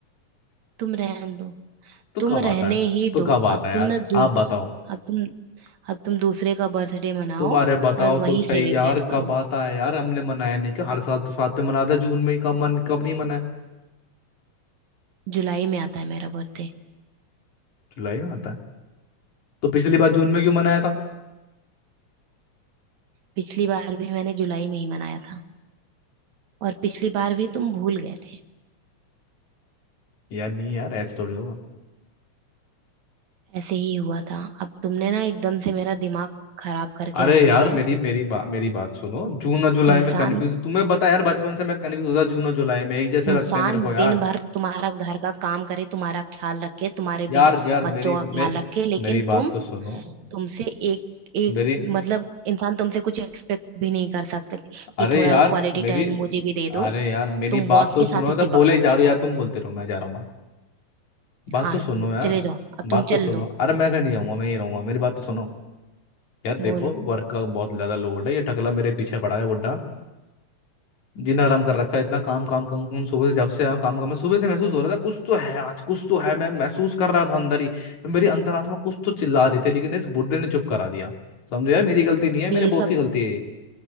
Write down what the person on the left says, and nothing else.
तो
कब आता
है
तो
कब आता
है
यार
आप बताओ
तुम अरे बताओ
तो सही
यार
कब आता है यार हमने मनाया नहीं क्या हर साल तो साथ में मनाता है जून में ही कब मन कब नहीं मनाया
जुलाई में आता है तो पिछली बार जून में क्यों मनाया था
यार नहीं यार ऐसे थोड़ी होगा
अरे
यार
मेरी मेरी बात मेरी बात सुनो जून और जुलाई
में कंफ्यूज तुम्हें पता है यार बचपन से मैं कंफ्यूज होता जून और जुलाई में एक जैसे
लगते हैं मेरे को यार
यार
यार
मेरी
मेरे
मेरी बात
तो सुनो
मेरी
अरे
यार
मेरी
अरे
यार मेरी
बात
तो
सुनो
तो
बोले
जा
रहे हो यार तुम बोलते रहो मैं जा रहा हूँ मैं बात
तो सुनो यार
बात
तो सुनो
अरे मैं कहीं नहीं जाऊंगा मैं ही रहूंगा मेरी बात तो सुनो यार
देखो वर्क का बहुत ज्यादा लोड है ये टकला मेरे पीछे पड़ा है बुड्ढा जिन आराम कर रखा है इतना काम काम काम काम सुबह से जब से आया हूं, काम काम है। सुबह से महसूस हो रहा था कुछ तो है आज कुछ तो है मैं महसूस कर रहा था अंदर ही मेरी अंतरात्मा कुछ तो चिल्ला रही थी लेकिन इस बुड्ढे ने चुप करा दिया समझो यार मेरी गलती
नहीं है मेरे
बॉस
की गलती है ये।